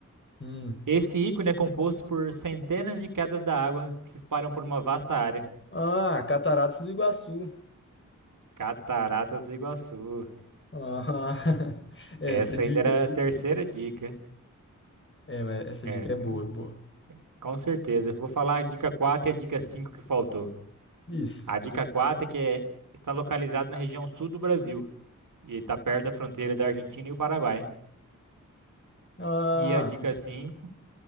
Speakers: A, on the left; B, on the right.
A: Hum.
B: Esse ícone é composto por centenas de quedas da água que se espalham por uma vasta área.
A: Ah, Cataratas do Iguaçu.
B: Cataratas do Iguaçu.
A: Ah, <laughs> essa
B: Essa
A: dica
B: ainda era
A: aí.
B: a terceira dica.
A: É, mas essa
B: É,
A: dica é boa, é boa.
B: com certeza. Vou falar a dica 4 e a dica 5 que faltou.
A: Isso.
B: A dica 4 é que é- está localizado na região sul do Brasil e está perto da fronteira da Argentina e o Paraguai.
A: Ah,
B: E a dica 5